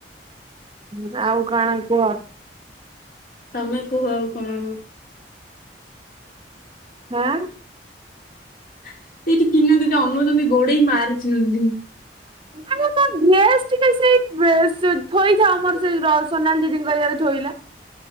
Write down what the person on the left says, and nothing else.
ତମେ କୁହ ଆଉ କଣ?
ସେଇଟି ତିନ ଯୋଦି ଅନୋଉଚନ୍ତି ଗୋଡ଼େଇ ମାରି ଦିଅନ୍ତି